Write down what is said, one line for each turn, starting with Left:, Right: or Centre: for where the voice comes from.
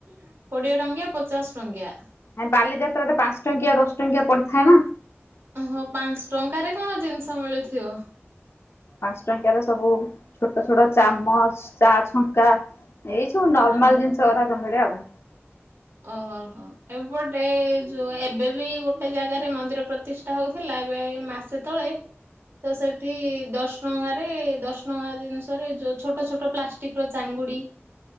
Right: କୋଡିଏ ଟଙ୍କିଆ, ପଚାଶ ଟଙ୍କିଆ।
Left: ନାଇଁ ବାଲିଯାତ୍ରାରେ ପାଞ୍ଚ ଟଙ୍କିଆ, ଦଶ ଟଙ୍କିଆ ପଡିଥାଏ ନା।
Right: ଓହୋ। ପାଞ୍ଚଟଙ୍କାରେ କଣ ଜିନିଷ ମିଳୁଥିବ?
Left: ପାଞ୍ଚଟଙ୍କିଆରେ ସବୁ ଛୋଟ ଛୋଟ ଚାମଚ, ଚା ଛଙ୍କା ଏଇ ସବୁ ନର୍ମାଲ
Right: ଓହୋ।
Left: ଜିନିଷ ଗୁରାକ ସବୁ ମିଳେ ଆଉ।
Right: ଓହୋ ହଉ। ଏପଟେ ଯୋଉ ଏବେ ବି ଗୋଟେ ଜାଗାରେ ମନ୍ଦିର ପ୍ରତିଷ୍ଠା ହଉଥିଲା ଏବେ ଏଇ ମାସେ ତଳେ ତ ସେଠି ଦଶ ଟଙ୍କାରେ, ଦଶ ଟଙ୍କା ଜିନିଷରେ, ଯୋଉ ଛୋଟ ଛୋଟ ପ୍ଲାଷ୍ଟିକର ଚାଙ୍ଗ ଙ୍ଗୁଡି,